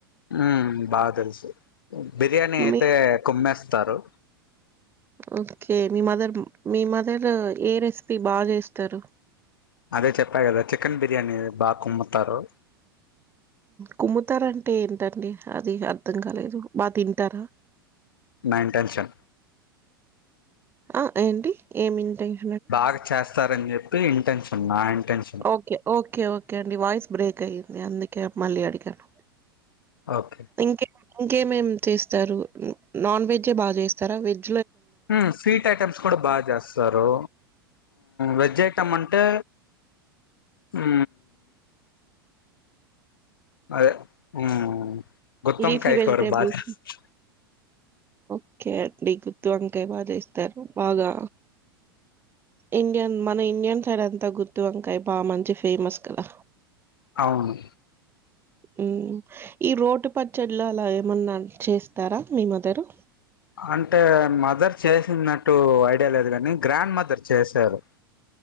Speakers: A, on the left (about 65°); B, on the right (about 20°).
A: హ బాగా తెలుసు బిర్యానీ అయితే
B: మీ
A: కొమ్మేస్తారు
B: ఓకే మీ మదర్ మీ మదర్ ఏ రెసిపీ బాగా చేస్తారు
A: అదే చెప్పా కదా చికెన్ బిర్యానీ బాగా కొమ్ముతారు
B: కుమ్ముతారా అంటే ఏంటండి అది అర్థం కాలేదు బా తింటారా
A: నా ఇంటెన్షన్
B: ఆ ఏంటి? ఏమ ఇంటెన్ష <unintelligible>
A: బాగా చేస్త స్తార అని చెప్పి intention intention
B: okay okay okay అండి వాయిస్ బ్రేక్ అయ్యంది న అందుక మళ్ళి అడిగాను
A: ఓకే
B: ఇంకే ఇంకేమేం చేస్తారు నాన్ వెజే బాగా చేస్తారా వెజ్
A: హ్మ్మ్ స్వీట్ ఐటమ్స్ కూడా బాగా చేస్తారు వెజ పజయటం అంటే అ అదే, హ్మ్మ్. గుత్తొంకాయ
B: లీఫీ వెజిటేబుల్స్
A: కూర్ర బా చేస్తా.
B: ఓకే అండి, గుత్తి వంకాయ బాగా చేస్తారు. బాగా! ఇండియన్ మన ఇండియన్ సైడ్ అంతా, గుత్తి వంకాయ బాగా మంచి ఫేమస్ కదా?
A: అవును.
B: హ్మ్మ్, ఈ రోటు పచ్చడిలు అలా, ఏమన్నా చేస్తారా? మీ మదరు.
A: అంటే మదర్ చేసినట్టు ఐడియా లేదు కాని, గ్రాండ్ మదర్ చేశారు!